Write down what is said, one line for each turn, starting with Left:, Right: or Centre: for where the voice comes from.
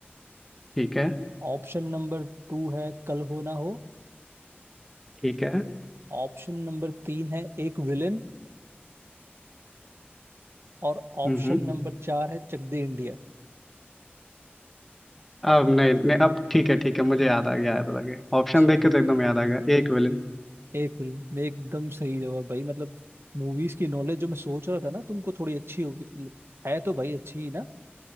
Centre: ठीक है
Right: Option number two है कल हो ना हो
Centre: ठीक है
Right: ऑप्शन नंबर तीन है एक विलन और ऑप्शन
Centre: हम्म हम्म
Right: नंबर चार है चक दे इंडिया
Centre: अब नहीं नहीं अब ठीक है ठीक है मुझे याद आ गया याद आ गया ऑप्शन
Right: अच्छा
Centre: देख
Right: भाई
Centre: के तो एकदम याद आ गया एक विलन
Right: एक विलन एकदम सही जवाब भाई मतलब मूवीज की नॉलेज जो मैं सोच रहा था ना तुमको थोड़ी अच्छी होगी मतलब है तो भाई अच्छी ही ना